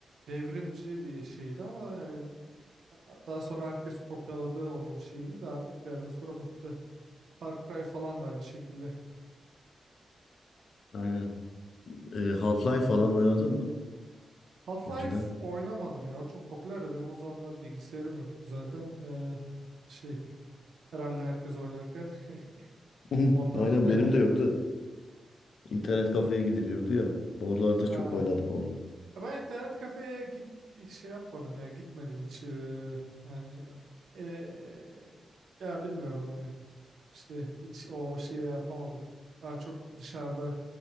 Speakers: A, on the right (about 85°); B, on the left (about 75°).
A: devrimci bir şeydi ama yani daha sonra herkes kopyaladı onun şeyini de artık bir yerden sonra bıktı. Far Cry falan da aynı şekilde.
B: Aynen. E, Half-Life falan oynadın mı
A: Half-Life
B: önceden?
A: oynamadım ya. O çok popüler de benim o zamanlar bilgisayarım yoktu zaten. Ee, şey herhalde herkes oynarken <laughs>
B: <laughs>
A: ondan
B: Aynen
A: e,
B: benim de yoktu. İnternet kafeye gidiliyordu ya. Oralarda
A: ha,
B: çok oynadık onu.
A: Ben internet kafeye git şey yapmadım ya gitmedim hiç eee, yani eee, ya bilmiyorum hani işte hiç o şeye yapamadım. Daha çok dışarıda